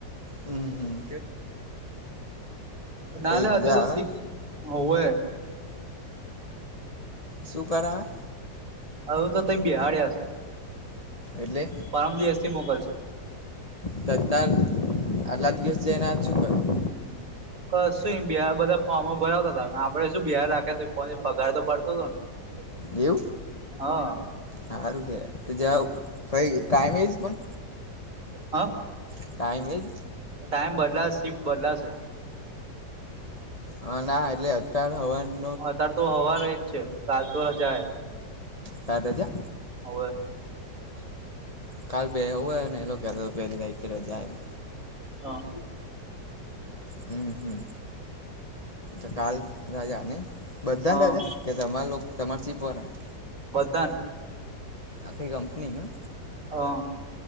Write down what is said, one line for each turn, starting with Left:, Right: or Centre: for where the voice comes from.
Left: હમ
Right: નાલે
Left: કઈ મજા
Right: હજુ તો
Left: આવે
Right: શીખ હોવ્વે.
Left: શું કરા.?
Right: આવું તો તય બેહડયા છે.
Left: એટલે.
Right: પરમ દિવસ થી મોકલશે.
Left: તદાર આટલા દિવસ જયને આ ચુક કર્યું
Right: કા શું <unintelligible> બધા ફોર્મો ભરાવતા હતા આપડે શું બિહાર રાખે તો પગાર તો પડતો હતો ને. <unintelligible>
Left: એવું.
Right: હા.
Left: સારું છે તો જાઈ ટાઈમે એજ પણ.
Right: હા
Left: ટાઈમ એજ
Right: ટાઈમ બદલા શિફ્ટ બદલાશે.
Left: હ ના એટલે અત્યાર હવાનું
Right: અત્યારે તો હવારે રહી જ છે કાલ તો રજા.
Left: કાલે રજા.
Right: હવે
Left: કાલ <unintelligible> એવું હો ને એ લોકો કે પહેલી તારીખ રજા એમ.
Right: હા.
Left: હમ હમ. તો કાલ રજા નહી બધાને
Right: હા
Left: રાજા કે તમાર તમાર સીપવાળા ને.
Right: બધા ને.
Left: આખી કંપની ના.
Right: હા.